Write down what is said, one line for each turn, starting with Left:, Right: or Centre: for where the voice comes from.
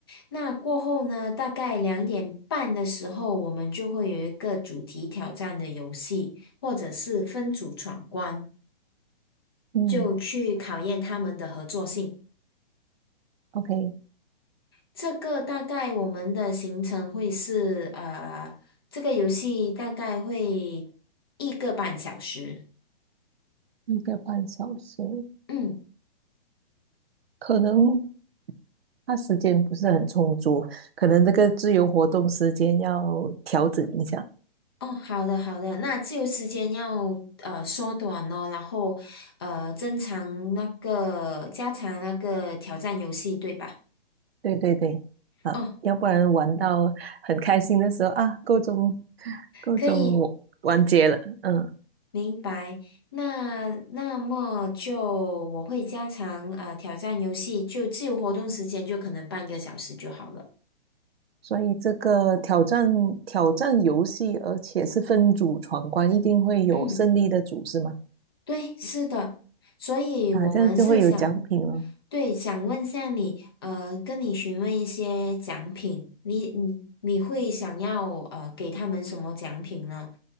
Left: 那过后呢，大概两点半的时候，我们就会有一个主题挑战的游戏，或者是分组闯关，
Right: 嗯
Left: 就去考验他们的合作性。
Right: ，OK，
Left: 这个大概我们的行程会是，呃，这个游戏大概会一个半小时。
Right: 一个半小时，
Left: 嗯。
Right: 可能他时间不是很充足，可能这个自由活动时间要调整一下。
Left: 哦，好的好的，那自由时间要呃缩短哦，然后呃增长那个加强那个挑战游戏，对吧？
Right: 对对对，啊，
Left: 哦，
Right: 要不然玩到很开心的时候啊，够钟够钟我完结了，
Left: 可以，
Right: 嗯。
Left: 明白。那那么就我会加强呃挑战游戏，就自由活动时间就可能半个小时就好了。
Right: 所以这个挑战挑战游戏，而且是分组闯关，一定会有胜利的组是吗？
Left: 嗯。对，是的，所以我们是想，
Right: 啊，这样就会有奖品了，
Left: 对，想问下你，呃，跟你询问一些奖品，你你你会想要呃给他们什么奖品呢？